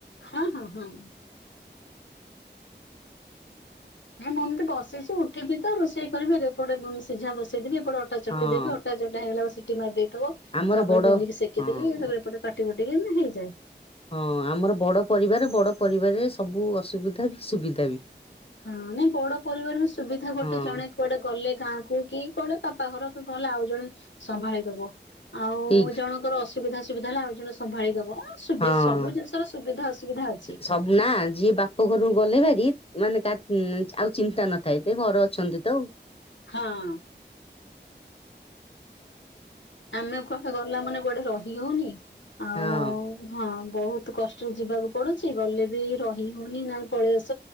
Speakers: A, on the left; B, on the left.
A: ହଁ ହଁ ହଁ। ହେଁ ମୁଁ ଏମିତି ବସିଚି ଉଠିବି ତ ରୋଷେଇ କରିବି ରେ ଏପଟେ ମୁ ସିଝା ବସେଇଦେବି ଏ ପଡ଼େ ଅଟା ଚକଟି
B: ହଁ
A: ଦେବି ଅଟା ଚକଟା ହେଇଗଲା ବ ସିଟି ମାରି ଦେଇଥବ
B: ଆମର
A: ତାପରେ
B: ବଡ
A: ବେଲିକି ସେକିଦେଲି
B: ହଁ
A: ତାପରେ ଏପଟେ କାଟି କୁଟିକି ଏମିତି ହେଇଯାଏ।
B: ହଁ ଆମର ବଡ଼ ପରିବାର ବଡ଼ ପରିବାରରେ ସବୁ ଅସୁବିଧା ବି ସୁବିଧା ବି।
A: ହଁ ନାଇଁ ବଡ ପରିବାର ସୁବିଧା ଗୋଟେ
B: ହଁ
A: ଜଣେ କୁଆଡେ ଗଲେ ଗାଁ କୁ କି କୁଆଡେ ବାପା ଘର କି କଣ ଆଉ ଜଣେ ସମ୍ଭାଳିଦବ। ଆଉ
B: ଠିକ
A: ଜଣଙ୍କର ଅସୁବିଧା ସୁୁବିଧା ହେଲା ଆଉ ଜଣେ ସମ୍ଭାଳିଦବ। ସବୁ
B: ହଁ
A: ଜିନିଷର ସୁବିଧା ଅସୁବିଧା ଅଛି।
B: ସବୁ ନା ଯିଏ ବାପ ଘରୁ ଗଲେ ଭାରି ମାନେ ଆଉ ଚିନ୍ତା ନଥାଏ ତେ ଘର ଅଛନ୍ତି ତ ଉ।
A: ହଁ। ଆମେ କୁଆଡେ ଗଲା ମାନେ କୁଆଡେ ରହି ହଉନି ଆଉ
B: ହଁ
A: ହଁ ବହୁତ୍ କଷ୍ ଯିବାକୁ ପଡୁଛି ଗଲେ ବି ରହି ହଉନି ନାଇଁ ପଳେଇ ଆସ।